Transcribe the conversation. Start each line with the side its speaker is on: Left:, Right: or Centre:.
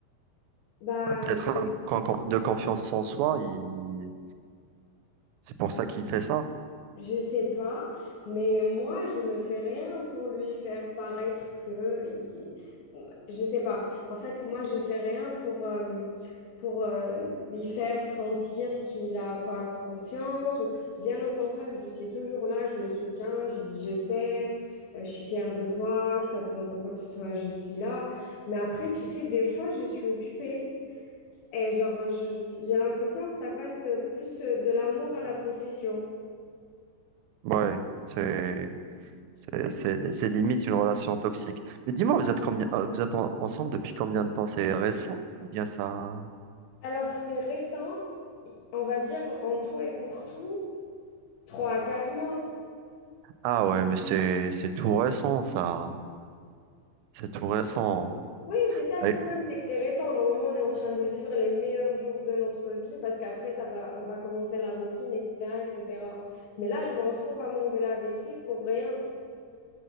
Left: Bah,
Right: Ah, Peut-être
Left: je-
Right: un manque en- de confiance en soi. il- C'est pour ça qu'il fait ça.
Left: Je sais pas, mais moi, je ne fais rien pour lui faire paraître que... il- Je sais pas. En fait, moi, je fais rien pour, euh, pour euh, lui faire sentir qu'il n'a pas de confiance. Ou... Bien au contraire, je suis toujours là, je le soutiens, je lui dis je t'aime, euh, je suis fière de toi, si tu as besoin de quoi que ce soit, je suis là. Mais après, tu sais, des fois, je suis occupée. Et genre, je- j'ai l'impression que ça passe plus euh, de l'amour à la possession.
Right: Ouais, c'est. C'est c'est- c'est limite une relation toxique. Mais dis-moi, vous êtes combien, euh, vous êtes en- ensemble depuis combien de temps? C'est récent ou bien ça?
Left: Alors, c'est récent, on va dire en tout et pour tout, 3 à 4 mois.
Right: Ah ouais, mais c'est c'est tout récent ça. C'est tout récent.
Left: Oui, c'est ça le
Right: Et-
Left: problème, c'est que c'est récent. Normalement, on est en train de vivre les meilleurs jours de notre vie parce qu'après, ça va, on va commencer la routine, etc., etc. Mais là, je me retrouve à m'engueuler avec lui pour rien.